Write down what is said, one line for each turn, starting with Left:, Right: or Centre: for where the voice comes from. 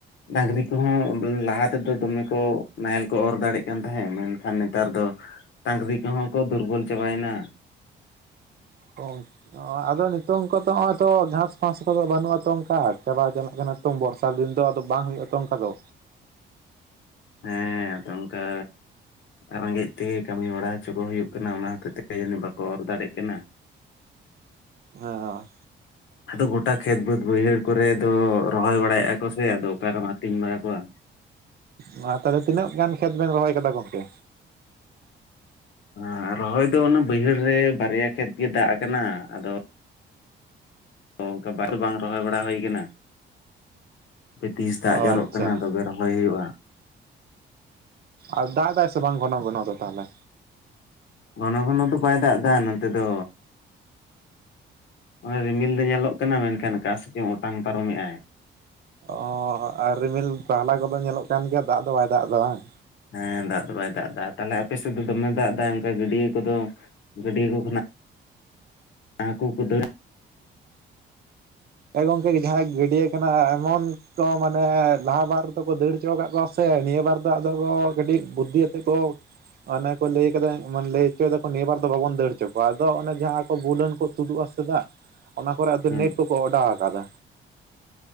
Left: ᱰᱟᱺᱜᱽᱨᱤ ᱠᱚᱦᱚᱸ ᱚᱸ ᱞᱟᱦᱟ ᱛᱮᱫᱚ ᱫᱚᱢᱮ ᱠᱚ ᱱᱟᱦᱮᱞ ᱠᱚ ᱚᱨ ᱫᱟᱲᱮᱜ ᱠᱟᱱ ᱛᱟᱦᱮᱸ ᱢᱮᱱᱠᱷᱟᱱ ᱱᱮᱛᱟᱨ ᱫᱚ ᱰᱟᱺᱜᱽᱨᱤ ᱠᱚᱦᱚᱸ ᱠᱚ ᱫᱩᱨᱵᱚᱞ ᱪᱟᱵᱟᱭᱮᱱᱟ᱾
Right: <unintelligible> ᱚ ᱟᱫᱚ ᱱᱤᱛᱚᱝ ᱠᱚ ᱛᱚ ᱱᱚᱜᱼᱚᱸᱭ ᱛᱚ ᱜᱷᱟᱸᱥ ᱯᱷᱟᱸᱥ ᱠᱚᱫᱚ ᱵᱟᱹᱱᱩᱜᱼᱟ ᱛᱚ ᱚᱝᱠᱟ ᱪᱟᱵᱟ ᱪᱟᱞᱟᱜ ᱠᱟᱱᱟ, ᱛᱚᱝ ᱵᱚᱨᱥᱟ ᱫᱤᱱ ᱫᱚ ᱟᱫᱚ ᱵᱟᱝ ᱦᱩᱭᱩᱜᱼᱟ ᱛᱚ ᱚᱸᱠᱟ ᱫᱚ᱾
Left: ᱦᱮᱸ ᱟᱫᱚ ᱚᱸᱠᱟ, ᱨᱮᱸᱜᱮᱡ ᱛᱮᱜᱮ ᱠᱟᱹᱢᱤ ᱵᱟᱲᱟ ᱦᱚᱪᱚ ᱠᱚ ᱦᱩᱭᱩᱜ ᱠᱟᱱᱟ, ᱚᱱᱟ ᱦᱚᱛᱮᱡ ᱛᱮᱜᱮ ᱡᱟᱹᱱᱤᱜ ᱵᱟᱠᱚ ᱚᱨ ᱫᱟᱲᱮᱜ ᱠᱟᱱᱟ᱾
Right: ᱦᱮᱸ ᱦᱚᱭ᱾
Left: ᱟᱫᱚ ᱜᱚᱴᱟ ᱠᱷᱮᱛ ᱵᱟᱹᱫᱽ ᱵᱟᱹᱭᱦᱟᱹᱲ ᱠᱚᱨᱮ ᱫᱚ ᱨᱚᱦᱚᱭ ᱵᱟᱲᱟᱭᱮᱜᱼᱟ ᱠᱚ ᱥᱮ ᱟᱫᱚ ᱚᱠᱟ ᱨᱮᱢ ᱟᱹᱛᱤᱧ ᱵᱟᱲᱟ ᱠᱚᱣᱟ?
Right: ᱢᱟ ᱛᱟᱦᱚᱞᱮ ᱛᱤᱱᱟᱹᱜ ᱜᱟᱱ ᱠᱷᱮᱛ ᱵᱮᱱ ᱨᱚᱦᱚᱭ ᱟᱠᱟᱫᱟ ᱜᱚᱝᱠᱮ?
Left: ᱟᱸ ᱨᱚᱦᱚᱭ ᱫᱚ ᱚᱱᱟ ᱵᱟᱹᱭᱦᱟᱹᱲ ᱨᱮ ᱵᱟᱨᱭᱟ ᱠᱷᱮᱛ ᱜᱮ ᱫᱟᱜ ᱟᱠᱟᱱᱟ ᱟᱫᱚ ᱛᱚ ᱚᱸᱠᱟ ᱵᱟᱨ ᱵᱟᱝ ᱨᱚᱦᱚᱭ ᱵᱟᱲᱟ ᱦᱩᱭ ᱠᱟᱱᱟ? ᱦᱟᱯᱮ ᱛᱤᱥ ᱫᱟᱜ
Right: ᱚ
Left: ᱡᱚᱨᱚᱜ
Right: ᱟᱪᱪᱷᱟ
Left: ᱠᱟᱱᱟ ᱛᱚᱵᱮ ᱨᱚᱦᱚᱭ ᱦᱩᱭᱩᱜᱼᱟ᱾
Right: ᱟᱨ ᱫᱟᱜ ᱫᱟᱭ ᱥᱮ ᱵᱟᱝ ᱜᱷᱚᱱᱚ ᱜᱚᱱᱚ ᱫᱚ ᱛᱟᱦᱞᱮ?
Left: ᱜᱷᱚᱱᱚ ᱜᱷᱚᱱᱚ ᱫᱚ ᱵᱟᱭ ᱫᱟᱜ ᱮᱫᱟ ᱱᱚᱛᱮ ᱫᱚ ᱚᱱᱮ ᱨᱤᱢᱤᱞ ᱫᱚ ᱧᱮᱞᱚᱜ ᱠᱟᱱᱟ ᱢᱮᱱᱠᱷᱟᱱ ᱟᱠᱟᱥᱮᱱ ᱪᱚᱝ ᱚᱴᱟᱝ ᱯᱟᱨᱚᱢ ᱮᱜ ᱟᱭ᱾
Right: ᱚᱻ ᱟᱨ ᱨᱤᱢᱤᱞ ᱟᱦᱞᱟ ᱠᱚᱫᱚ ᱧᱮᱞᱚᱜ ᱠᱟᱱ ᱜᱮᱭᱟ ᱫᱟᱜ ᱫᱚ ᱵᱟᱭ ᱫᱟᱜ ᱫᱟ ᱵᱟᱝ᱾
Left: ᱦᱮᱸ ᱫᱟᱜ ᱫᱚ ᱵᱟᱭ ᱫᱟᱜ ᱮᱫᱟ ᱛᱟᱦᱞᱮ ᱟᱯᱮ ᱥᱮᱫ ᱫᱚᱢᱮ ᱫᱟᱜ ᱮᱫᱟ ᱚᱱᱠᱟ ᱜᱟᱹᱰᱤᱭᱟᱹ ᱠᱚᱫᱚ ᱜᱟᱹᱰᱤᱭᱟᱹ ᱠᱚ ᱠᱷᱚᱱᱟᱜ ᱦᱟᱠᱩ ᱠᱚ ᱫᱟᱹᱲ
Right: ᱮ ᱜᱚᱢᱠᱮ ᱡᱟᱦᱟᱸᱭᱟ ᱜᱟᱹᱰᱤᱭᱟᱹ ᱠᱟᱱᱟ ᱮᱢᱟᱩᱱᱴ ᱠᱚ ᱢᱟᱱᱮ ᱞᱟᱦᱟ ᱵᱟᱨ ᱫᱚᱠᱚ ᱫᱟᱹᱲ ᱦᱚᱪᱚ ᱠᱟᱫ ᱠᱚᱣᱟ ᱥᱮ ᱱᱤᱭᱟᱹ ᱵᱟᱨ ᱫᱚ ᱟᱫᱚ ᱠᱟᱹᱴᱤᱡ ᱵᱩᱫᱽᱫᱷᱤ ᱟᱛᱮᱫ ᱠᱚ ᱚᱱᱮ ᱠᱚ ᱞᱟᱹᱭ ᱠᱟᱫᱟ ᱢᱟᱹᱱ ᱞᱟᱹᱭ ᱦᱚᱪᱚᱭ ᱫᱟᱠᱚ ᱱᱤᱭᱟᱹᱵᱟᱨ ᱫᱚ ᱵᱟᱵᱚᱱ ᱫᱟᱹᱲ ᱦᱚᱪᱚ ᱠᱚᱣᱟ ᱟᱫᱚ ᱚᱱᱮ ᱡᱟᱦᱟᱸ ᱠᱚ ᱵᱩᱞᱟᱹᱱ ᱠᱚ ᱛᱩᱫᱩᱜᱼᱟ ᱥᱮ ᱫᱟᱜ
Left: <inaudible>
Right: ᱚᱱᱟ ᱠᱚᱨᱮ ᱟᱫᱚ
Left: ᱦᱮᱸ
Right: ᱱᱮᱴ ᱠᱚᱠᱚ ᱚᱰᱟᱣ ᱟᱠᱟᱫᱟ᱾